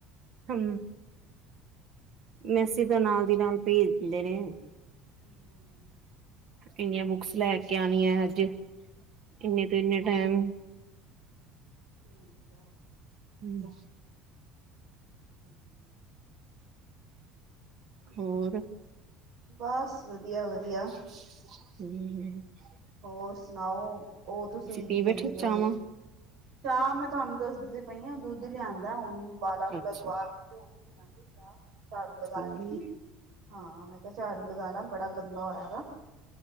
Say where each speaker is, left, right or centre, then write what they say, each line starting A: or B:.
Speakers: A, on the right; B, on the right.
A: ਹੂੰ ਮੈਸੀਜ ਤਾਂ ਨਾਲ ਦੀ ਨਾਲ ਭੇਜ ਦੀਂਦੇ ਨੇ
B: <inaudible>
A: ਕਿੰਨੀਆਂ ਬੁੱਕਸ ਲੈ ਕੇ ਆਣੀਆਂ ਅੱਜ ਕਿ ਕਿੰਨੇ ਤੋਂ ਕਿੰਨੇ ਟਾਈਮ
B: <inaudible>
A: ਹੂੰ
B: ਹਮ!
A: ਹੋਰ।
B: ਬਸ, ਵਧੀਆ -ਵਧੀਆ।
A: ਹਮ ਹ!
B: ਹੋਰ ਸੁਣਾਓ ਉਹ ਤੁਸੀਂ
A: ਪੀ
B: ਕੀ
A: ਬੈਠੇ
B: ਕਹਿੰਦੇ
A: ਚਾਵਾਂ
B: ਨੇ? ਚਾਹ ਮੈਂ ਤੁਹਾਨੂੰ ਦੱਸਦੀ ਪਈ ਆਂ ਦੁੱਧ ਲਿਆਉਂਦਾ ਹੁਣ ੳਬਾਲਾ
A: ਅੱਛਾ
B: ਦਵਾ ਕੇ ਤੇ। ਚਾਹ ਮੈਂ ਝਾੜੂ ਲਗਾ
A: ਠੀਕ
B: ਰਹੀ ਸੀ। ਹਾਂ ਮੈਂ ਕਿਹਾ ਝਾੜੂ ਲਗਾ ਲਾ ਬੜਾ ਗੰਦਾ ਹੋਇਆ ਵਾ